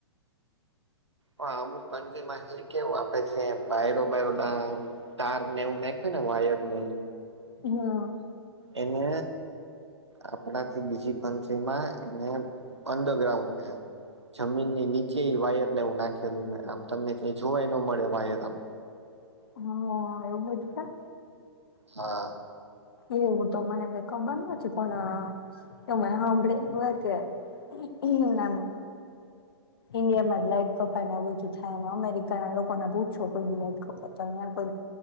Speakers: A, on the right; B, on the left.
A: હ હમુ પ મા કેવું આપડે જે બાયરો બાયરો ડ. તાર ને એવું નાખ ને વાયર નહ.
B: હમ.
A: એને આપડાથી બીજી પંચમાં એને. અન્ડર ગ્રાઉન્ડ હૈ. જમીન ની નીચે એ વાયર નેવું નાખેલું આમ તમને ક જોવાય ન મળે વાયર આમ.
B: હ એવું બજતા.
A: હા.
B: એવ તો મને વખ બંધ વચપના એવ અ આપળે હ નામ ઈન્ડિયામાં જ લાઈટ કપા ને બધું થાય ને અમેરિકા ના લોકોને પૂછો કોઈ બ લાઈટ કપા તો